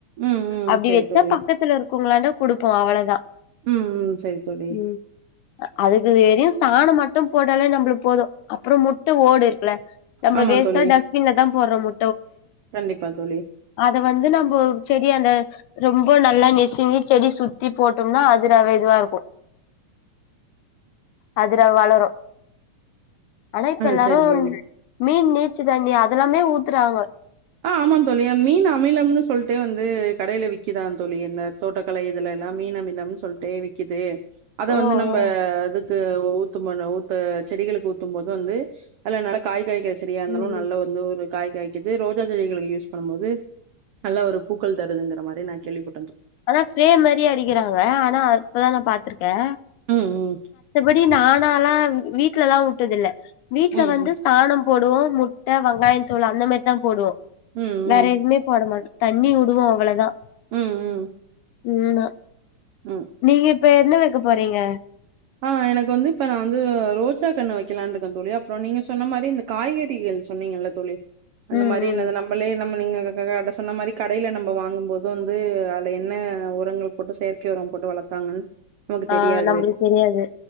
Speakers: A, on the right; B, on the left.
A: ம் ம்
B: அப்டி
A: சரி
B: வெச்சா
A: தோழி.
B: பக்கத்துல இருக்கவுங்களான்ட குடுப்போம் அவ்வளதான்
A: ம் ம் சரி தோழி.
B: ம் அதுக்கு வெறும் சாண மட் டும் போட்டாலே நம்ளுக்கு போதும் அப்றம் முட்ட ஓடு இருக்ல நம்ப
A: ஆமா
B: வேஸ்ட்டா
A: தோழி.
B: டஸ்பின்லதா போடுறோ மு
A: கண்டிப்பா தோழி.
B: அத வந்து நம்போ செடிய அந்த ரொம்ப நல்லா நெசினி செடி சுத்தி போட்டோம்னா அது ரவ இதுவா இருக்கு. அதுல வளரு ஆன இப்ப
A: ஆ
B: எல்லாரும்
A: சரி தோழி.
B: மீன் நீச்ச தண்ணி அதெல்லாமே ஊத்துறாங்க
A: ஆ ஆமாந் தோழி மீன் அமிலம்னு சொல்ட்டே வந்து கடைல விக்குதாந் தோழி இந்த தோட்டகலை இதுல லா மீன் அமிலம்ன் சொல்டே விக்கிது அத
B: ஓ
A: வந்து நம்ப
B: ஓ
A: இதுக்கு ஊத்துமனு ஊ க்கு செடிகளுக்கு ஊத்தும் போது வந்து அல நல்லா காய் காய்க்கிற செடியாந்தாலு
B: ம்
A: நல்லா வந்து ஒரு காய் காய்க்குது ரோஜா செடிகளுகு யூஸ் பண்ணும் போது நல்ல ஒரு பூக்கள் தருதுங்கற மாரி நா கேள்விப
B: ஆனா ஸ்பிரே மாரியே அடிகிறாங்க ஆனா அப்பதா நா பாத்திருக்கே
A: ம் ம்
B: தி நானல்லா வ் வீட்லல்லா உட்டதில்ல வீட்ல
A: ம்,
B: வந்து
A: ம்.
B: சாணம் போடுவோ முட்ட வெங்காயந் தோலு அந்த மாரிதா போடுவோ
A: ம்,
B: வேற
A: ம்.
B: எதுமே போட மாட் தண்ணி உடுவோ அவ்ளதா
A: ம், ம்.
B: ம்மா
A: ம்.
B: நீங்க இப்ப என்ன வெக்க போறீங்க
A: ஆ எனக்கு வந்து இப்ப நா வந்து ரோஜா கண்ணு வெக்கலான் இருக்க தோழி அப்றோ நீங்க சொன்ன மாரி இந்த காய்கறிக ள் சொன்னிங்கள்ல தோழி அந்த
B: ம்
A: மாரி
B: ம்
A: நிது நம்பளே நம் நீங்க க க கட சொன்ன மாரி கடயில நம்ப வா ணும் போது வந்து அட என்ன உரங்கள் போட்டு செயற்கை உரம் போட்டு வளத்தாங்கன் நமக்கு
B: ஆ
A: தெரியாது
B: நம்பளுக்கு தெரியாது